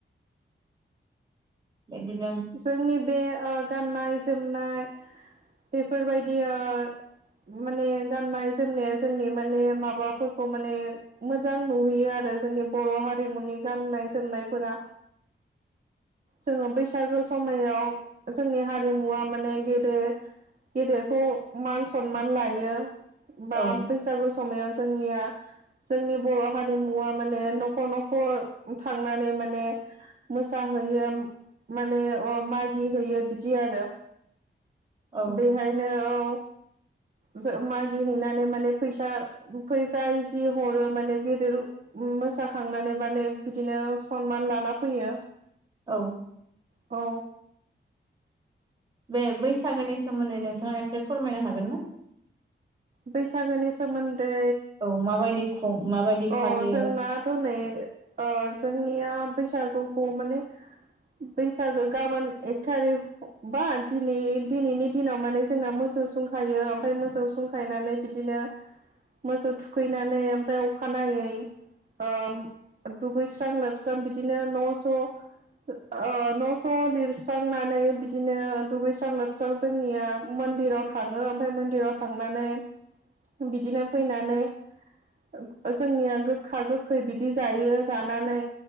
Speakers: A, on the right (about 25°); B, on the right (about 45°).
A: बेदिनो
B: जोंनि बे ओ गाननाय जोमनाय बेफोरबायदि ओ माने गाननाय जोमनाया जोंनि माने माबाफोरखौ माने मोजां नुहोयो आरो जोंनि बर' हारिमुनि गाननाय जोमनायफोरा। जोंङो बैसागो समायाव जोंनि हारिमुवा माने गेदे गेदेरखौ मान सनमान लायो बा
A: औ
B: बैसागु समायाव जोंनिया जोंनि बर' हारिमुवा माने न'खर न'खर थांनानै माने मोसाहोयो माने मागि होयो बिदि आरो।
A: औ
B: बेहायनो औ। ज मागि हैैनानै माने फैसा फैसा जि हरो माने गेदेर मोसाखांनानै माने बिदिनो सनमान लाना फैयो।
A: औ।
B: औ।
A: बे बैसागोनि सोमोन्दै नोंथाङा एसे फोरमायनो हागोन ना?
B: बैसागोनि सोमोन्दै
A: औ माबायदि <unintelligible> माबायदि
B: औ
A: फालियो?
B: जोंनाथ' नै ओ जोंनिया बैसागुखौ माने बैसागो गाबोन एकथारिक बा दिनै दिनैनि दिनाव माने जोंना मोसौ सुंखायो ओमफ्राय मोसौ संखायनानै बिदिनो मोसौ थुखैनानै ओमफ्राय अखानायै ओ दुगैस्रां लोबस्रां बिदिनो न'स' ओ न' स' लिरस्रांनानै बिदिनो दुगैस्रां लोबस्रां जोंनिया मन्दिराव थाङो ओमफ्राय मन्दिराव थांनानै बिदिनो फैनानै जोंनिया गोखा गोखै बिदि जायो जानानै